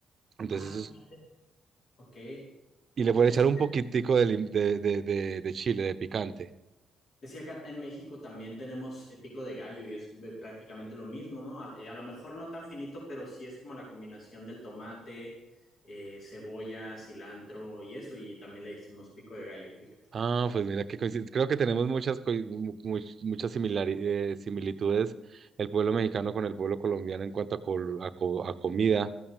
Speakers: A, on the right; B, on the left.
A: Entonces
B: Ah,
A: eso
B: fí- ok.
A: y le pueden
B: Es,
A: echar un poquitico de, lim- de, de, de, de chile, de picante.
B: es que acá en México también tenemos eh, pico de gallo y es be- prácticamente lo mismo, ¿no? A, eh, a lo mejor no tan finito, pero sí es como la combinación del tomate, eh, cebolla, cilantro y eso. Y también le decimos pico de gallo, fíjate.
A: Ah, pues mira qué coincidencia. Creo que tenemos muchas, coi- mu- mu- muchas similari- eh, similitudes el pueblo mexicano con el pueblo colombiano en cuanto a, col- a co- a comida,